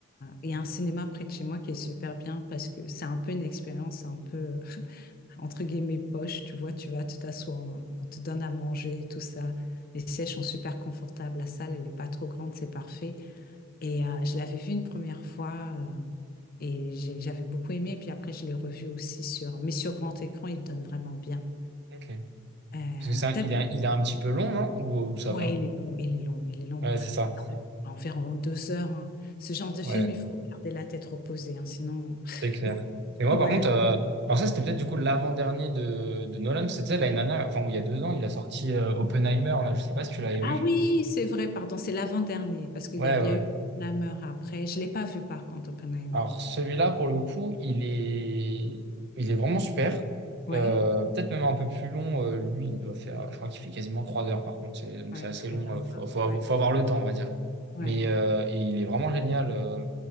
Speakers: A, on the left; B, on the right.
A: Il y a un cinéma près de chez moi qui est super bien parce que c'est un peu une expérience un peu euh, entre guillemets poche. Tu vois, tu vas, tu t'assois, on, on te donne à manger, et tout ça. Les sièges sont super confortables. La salle, elle n'est pas trop grande, c'est parfait. Et euh, je l'avais vu une première fois euh, et j'ai- j'avais beaucoup aimé. Et puis après, je l'ai revu aussi sur, mais sur grand écran, il donne vraiment bien.
B: ok.
A: Euh,
B: Parce que ça,
A: t'as
B: il
A: vu?
B: est, il est un petit peu long, non? Ou, ou ça
A: Ouais,
B: va?
A: il est long, il est long, il est long.
B: Ouais, c'est ça.
A: Environ deux heures. hein. Ce genre de film,
B: Ouais,
A: il faut regarder la tête reposée, hein, sinon. <laughs>
B: c'est clair. Et moi,
A: Ouais.
B: par contre, euh, alors ça, c'était peut-être du coup l'avant-dernier de, de Nolan. C'était l'année dernière, enfin, il y a deux ans, il a sorti euh, Oppenheimer, là. Je sais pas si tu l'avais vu.
A: Ah oui, c'est vrai, pardon, c'est l'avant-dernier, parce qu'il
B: Ouais,
A: y avait-
B: ouais,
A: il y
B: ouais.
A: a eu Oppenheimer après. Je ne l'ai pas vu par contre, Oppenheimer.
B: Alors celui-là, pour le coup, il est, il est vraiment super.
A: Ouais,
B: Euh, peut-être même un peu plus long. euh, lui, il doit faire, je crois qu'il fait quasiment trois heures par contre. C'est- Donc
A: ouais,
B: c'est assez
A: ça m'étonne
B: long. euh, faut,
A: pas.
B: faut avoir
A: Ouais,
B: faut avoir le temps, on va dire.
A: ouais,
B: Mais euh, et il est vraiment génial. euh.